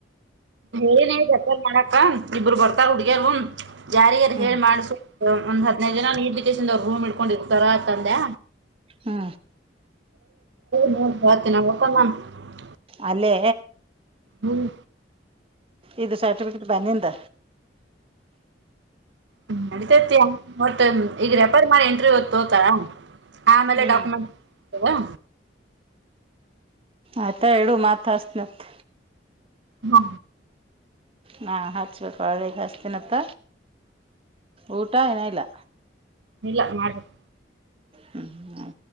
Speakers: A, on the right; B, on the right.
A: ಹೇಳನಿ ರಿಪೇರಿ ಮಾಡಕ್ಕ ಇಬ್ಬರು ಬರ್ತಾರ ಹುಡಗ್ಯಾರ್ ಜಾರಿಯಾರ
B: ಹ್ಞೂ
A: ಹೇಳ್ ಮಾಡಸು ಒಂದ ಹದಿನೈದು ದಿನ ನಿದ್ದೇಕೆಡ್ಸಿದಿಯ ರೂಮ್ ಇಡ್ಕೊಂಡಿದ್ ಇರತರ ಆಯ್ತ ಅಂದೆ
B: ಹ್ಮ
A: ನೋ ಬತಿನ ಮತ್ತ್ <unintelligible>
B: ಅಲ್ಲೇ
A: ಹ್ಮ್
B: ಇದು ಸರ್ಟಿಫಿಕೇಟ್ ಬಂದಿಂದ
A: ಹ್ಮ ನಡಿತೇತಿ ಮತ್ತ್ ಈಗ ರೆಪೇರ್ ಮಾಡಿ ಎಂಟ್ರಿ ತಗೋತಾರ ಆಮೇಲೆ
B: ಹ್ಞೂ
A: ಡಾಕ್ಯುಮೆಂಟ್ ಕೊಡ್ತಾರಾ
B: ಆತ ಇಡು ಮತ್ತ್ ಹಚ್ಚತನಿ ಅಂತ
A: ಹಾ
B: ನಾ ಹಚ್ಬೇಕು ಹಳ್ಳಿಗೆ ಹಚ್ಚನತ್ತ ಊಟಾ ಇನ ಇಲ್ಲ
A: ಇಲ್ಲ ಮಾಡಬೇಕು
B: ಹ್ಮ್ ಹ್ಮ್ <inaudible>